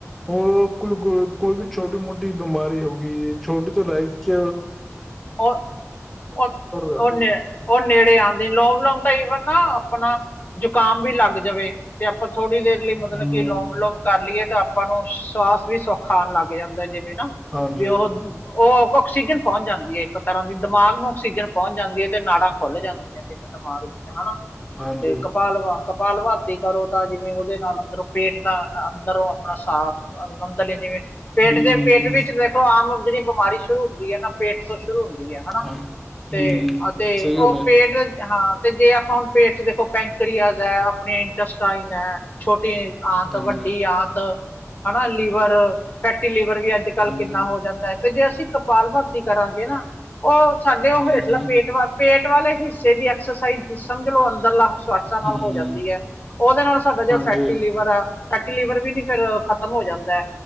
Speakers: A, in the centre; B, on the left.
A: ਉਹਰ ਕੋਈ ਕੋ ਕੋਈ ਵੀ ਛੋਟੀ ਮੋਟੀ ਬਿਮਾਰੀ ਹੋ ਗਈ ਛੋਟੀ ਤੋਂ ਲਾਈਕ ਚ
B: ਉਹ ਉਹ
A: ਕਰਦੀ
B: ਉਹ ਨੇੜੇ ਆਉਂਦੇ ਲੌਂਗ ਲੋਂਂਗ ਤਾਂ ਈਵਨ ਨਾ ਆਪਣਾ ਜ਼ੁਕਾਮ ਵੀ ਲੱਗ ਜਾਵੇ ਤੇ ਆਪਾਂ ਥੋੜ੍ਹੀ ਦੇਰ ਲਈ ਮਤਲਬ
A: ਹਮ
B: ਕਿ ਲੋਮ ਲੋੋਮ ਕਰ ਲਈਏ ਤਾਂ ਆਪਾਂ ਨੂੰ ਸਵਾਸ ਵੀ ਸੌੱਖ ਆਾਉਣ ਲੱਗ ਜਾਂਦਾ ਜਿਵੇਂ ਨਾ
A: ਹਾਂਜੀ
B: ਵੀ ਉਹ ਉਹ ਆਕਸੀਜਨ ਪਹੁੰਚ ਜਾਂਦੀ ਹੈ ਇੱਕ ਤਰ੍ਹਾਂ ਦੀ ਦਿਮਾਗ ਨੂੰ ਆਕਸੀਜਨ ਪਹੁੰਚ ਜਾਂਦੀ ਹੈ ਤੇ ਨਾੜਾ ਖੁੱਲ ਜਾਂਦੀਆਂ ਜਿਵੇਂ ਦਿਮਾਗ ਦੀਆਂ ਹਨਾ
A: ਹਾਂਜੀ
B: ਤੇ ਕਪਾਲਵਾ ਕਪਾਲ ਭਾਤੀ ਕਰੋ ਤਾਂ ਜਿਵੇਂ ਉਹਦੇ ਨਾਲ ਅੰਦਰੋਂ ਪੇਟ ਦਾ ਅੰਦਰੋਂ ਆਪਣਾ ਸਾਫ਼ ਅੰਦਰਲੇ ਜਿਵੇਂ ਪੇਟ
A: ਹਮ
B: ਦੇ ਪੇਟ ਵਿੱਚ ਦੇਖੋ ਆਮ ਜਿਹੜੀ ਬਿਮਾਰੀ ਸ਼ੁਰੂ ਹੁੰਦੀ ਹੈ ਨਾ ਪੇਟ ਤੋਂ ਸ਼ੁਰੂ ਹੁੰਦੀ ਹੈ ਹਨਾ
A: ਹਾਂ ਹਮ
B: ਤੇ ਤੇ
A: ਸਹੀ ਗੱਲ
B: ਉਹ
A: ਹੈ
B: ਪੇਟ ਹਾਂ ਤੇ ਜੇ ਆਪਾਂ ਹੁਣ ਪੇਟ ਚ ਦੇਖੋ ਪੈਂਕਰੀਆ ਹੈ ਆਪਣੇ ਇੰਟਸਟਾਈਨ ਹੈ ਛੋਟੀ ਆਤ
A: ਹਾਂਜੀ
B: ਵੱਡੀ ਆਤ ਲੀਵਰ ਫੈਟੀ ਲੀਵਰ ਵੀ ਅੱਜ ਕੱਲ
A: ਹਮ
B: ਕਿੰਨਾ ਹੋ ਜਾਂਦਾ ਹੈ ਤੇ ਜੇ ਅਸੀਂ ਕਪਾਲ ਭਰਤੀ ਕਰਾਂਗੇ ਨਾ ਉਹ ਸਾਡੇ ਉਹ
A: ਹਮ
B: ਹੇਠਲਾ ਪੇਟ ਪੇਟ ਵਾਲੇ ਹਿੱਸੇ ਦੀ ਐਕਸਰਸਾਈਜ਼ ਸਮਝ ਲੋਓ ਅੰਦਰ ਲ ਨਾਲ
A: ਹਮ
B: ਹੋ ਜਾਂਦੀ ਹੈ ਉਹਦੇ ਨਾਲ ਸਾਡਾ ਜਿ
A: ਹਾਂਜੀ
B: ਫੈਟੀ ਲੀਵਰ ਆ ਫੈਟੀ ਲੀਵਰ ਵੀ ਨੀ ਫੇਿਰ ਖਤਮ ਹੋ ਜਾਂਦਾ ਹੈ